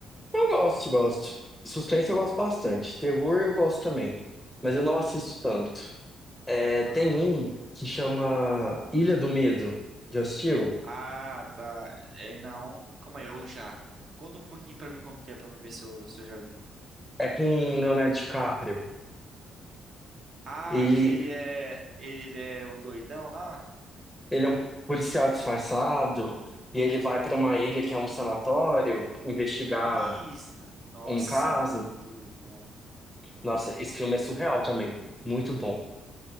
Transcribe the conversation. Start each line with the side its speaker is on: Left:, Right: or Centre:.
Centre: Eu gosto, gosto. Suspense eu gosto bastante. Terror eu gosto também. Mas eu não assisto tanto. É,
Right: Ah.
Centre: tem um que chama Ilha do Medo. Já assistiu?
Right: Ah, tá. É, não. Como é? Eu já. Conta um pouquinho pra mim como que é, pra mim ver se eu, se eu já vi.
Centre: É com o Leonardo DiCaprio.
Right: Ah,
Centre: Ele,
Right: aquele é. Ele é o doidão lá?
Centre: ele é um policial disfarçado e ele vai para uma ilha que é um sanatório investigar
Right: Isso. Nossa,
Centre: um caso.
Right: muito bom.
Centre: Nossa, esse filme é surreal também. Muito bom.